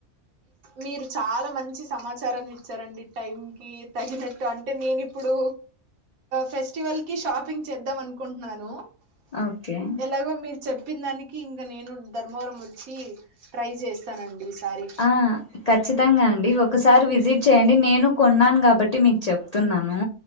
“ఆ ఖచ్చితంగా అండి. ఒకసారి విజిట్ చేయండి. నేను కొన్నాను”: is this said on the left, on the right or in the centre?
Left